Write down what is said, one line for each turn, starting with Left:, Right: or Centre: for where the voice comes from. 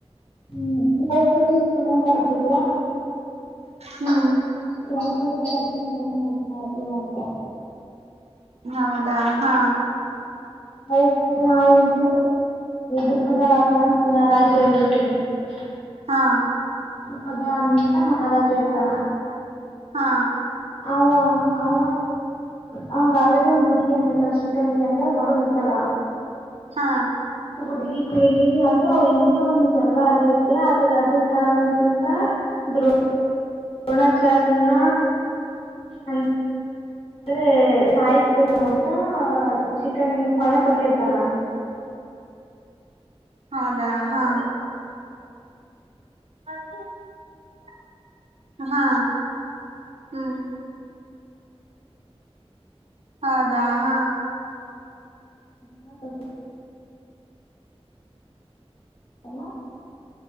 Left: ಹ್ಮ್ ಟದ ಬಾರ್ದಲ್ಲ
Right: ಹ್ಮ್
Left: <unintelligible> ದ್ರೌಪದಿ ಅರ್ಜುನ್ ಮುಮದ <unintelligible> ಮಾರ್ಲಿ ಅಂತ
Right: ಹೌದಾ ಹಾ
Left: ನ ಅವ್ರ್ದ ದೃಪದ ರಾಜ ಅಂತ ರಾಜ್ಯ ಇರ್ತತಿವಿ <unintelligible>
Right: ಹಾ
Left: ಪದ <unintelligible> ಅಂತ ಮಹಾರಾಜ ಇರ್ತಾನ
Right: ಹಾ
Left: ಅವ ಅವ ಅವಂಗ ಆಲ್ರೆಡಿ ಒಂದ್ ಹುಡುಗಿ ಏನ ಇರ್ತಾರ ಚಿಕ್ಕಂಡಿ ಅಂತ ಮಗಳ ಇರ್ತ ಇರ್ತಾಳ
Right: ಹಾ
Left: ಹುಡುಗಿ ಕೈಲಿ ಅಂದ್ರೆ ಅವ ಹಿಂದೆ ಒಂದ್ ಜಗಳ ಆಗಿರುತ್ತೆ ಅದ್ರ ಅದ್ರ ಕಾರಣದಿಂದ ದೋ ದ್ರೋಣಾಚಾರನ್ನ ಅ ಆದ್ರೆ ಸಾಯಿಸಬೇಕು ನ್ಂತ ಚಿಕನ್ ಪಣ ತೊಟ್ಟಿರ್ತಾನ <unintelligible> <inaudible>
Right: ಹೌದಾ ಹಾ ಹ <unintelligible> ಹಾ ಹ್ಮ್ ಹೌದಾ ಹಾ
Left: ತ <unintelligible> ಹನ <unintelligible>